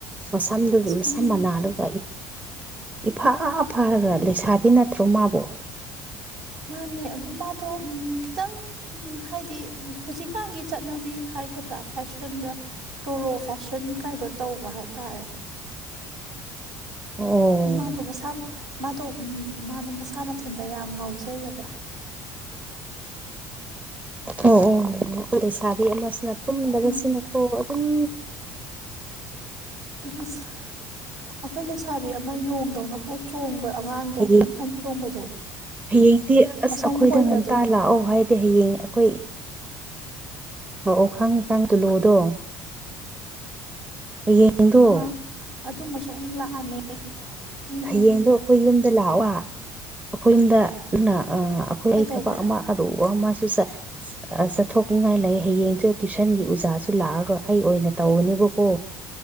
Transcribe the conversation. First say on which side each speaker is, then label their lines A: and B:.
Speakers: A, on the right (about 15°); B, on the right (about 55°).
A: ꯃꯁꯝꯗꯨ
B: ꯑꯁ
A: ꯃꯁꯝ
B: ꯇꯨꯝꯃꯤ
A: ꯃꯅꯥꯗꯨꯒ ꯏꯐꯥ ꯐꯥꯔꯒ ꯂꯩꯁꯥꯕꯤ ꯅꯠꯇ꯭ꯔꯣ ꯃꯥꯕꯣ
B: ꯃꯥꯅꯦ ꯑꯗꯣ ꯃꯥꯗꯣ ꯎꯝ ꯈꯤꯇꯪ ꯎꯝ ꯍꯥꯏꯗꯤ ꯍꯨꯖꯤꯛꯀꯥꯟꯒꯤ ꯆꯠꯅꯕꯤ ꯍꯥꯏ ꯅꯠꯇ꯭ꯔ ꯐꯦꯁꯟꯗ ꯇꯣꯔꯣ ꯐꯦꯁꯟ ꯀꯥꯏꯗꯣ ꯇꯧꯕ ꯍꯥꯏꯇꯥꯔꯦ
A: ꯑꯣ
B: ꯃꯥꯗꯣ ꯃꯁꯝ ꯃꯥꯗꯣ ꯃꯥꯗꯣ ꯃꯁꯥ ꯃꯊꯟꯇ ꯌꯥꯝ ꯉꯥꯎꯖꯩꯑꯕ
A: ꯑꯣ ꯑꯣ ꯑꯩꯈꯣꯏ ꯂꯩꯁꯥꯕꯤ ꯑꯃꯁꯤꯅ ꯇꯨꯝꯗꯕꯁꯤꯅꯀꯣ
B: ꯎꯝ
A: ꯎꯝ
B: ꯑꯁ ꯑꯩꯈꯣꯏ ꯂꯩꯁꯥꯕꯤ ꯑꯃ ꯌꯣꯡꯗꯧꯅ ꯈꯔ ꯆꯣꯡꯕ ꯑꯉꯥꯡꯗꯣ
A: ꯍꯌꯦꯡ
B: ꯐꯟ ꯐꯟ ꯆꯣꯡꯕꯗꯣ
A: ꯍꯌꯦꯡꯗꯤ ꯑꯁ
B: ꯃꯁꯝ
A: ꯑꯩꯈꯣꯏꯗ
B: ꯈꯣꯏꯕꯗꯣ
A: ꯉꯟꯇꯥ ꯂꯥꯛꯑꯣ ꯍꯥꯏꯗꯤ ꯍꯌꯦꯡ ꯑꯩꯈꯣꯏ ꯑꯣ ꯑꯣ ꯈꯪꯉꯤ ꯈꯪꯉꯤ ꯇꯨꯂꯨꯗꯣ ꯍꯌꯦꯡꯗꯣ
B: ꯑꯥ ꯑꯗꯨꯃꯁꯨ ꯑꯃꯨꯛ ꯂꯥꯛꯑꯝꯃꯦ ꯎꯝ
A: ꯍꯌꯦꯡꯗꯣ
B: ꯎꯝ
A: ꯑꯩꯈꯣꯏ ꯌꯨꯝꯗ ꯂꯥꯛꯑꯣꯕ ꯑꯩꯈꯣꯏ ꯌꯨꯝꯗ ꯅꯪꯅ ꯑ ꯑꯩꯈꯣꯏ
B: ꯀꯩꯗꯧꯕꯒꯦ
A: ꯑꯩ ꯊꯕꯛ ꯑꯃ ꯑꯔꯨꯕ ꯑꯃꯁꯨ ꯆꯠ ꯑ ꯆꯠꯊꯣꯛꯅꯤꯡꯉꯥꯏ ꯂꯩ ꯍꯌꯦꯡꯁꯨ ꯇ꯭ꯋꯨꯁꯟꯒꯤ ꯎꯖꯥꯁꯨ ꯂꯥꯛꯑꯔꯣꯏ ꯑꯩ ꯑꯣꯏꯅ ꯇꯧꯔꯅꯦꯕꯀꯣ